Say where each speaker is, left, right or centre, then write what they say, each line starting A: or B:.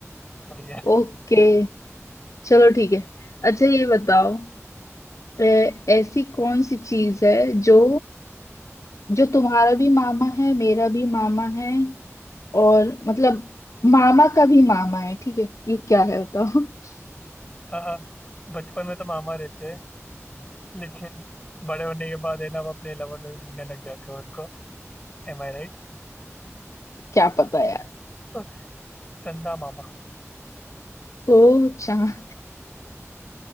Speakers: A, on the left; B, on the left.
A: सही है
B: ओके चलो ठीक है अच्छा ये बताओ ए, ऐसी कौन सी चीज है जो जो तुम्हारा भी मामा है मेरा भी मामा है और मतलब मामा का भी मामा है ठीक है ये क्या है बताओ <laughs>
A: <laughs> आहा, बचपन में तो मामा रहते हैं लेकिन बड़े होने के बाद है ना वो अपने लवर में भी ढूंढने लग जाते हो उनको Am I right
B: क्या पता यार
A: <laughs> चंदा मामा
B: ओ चांद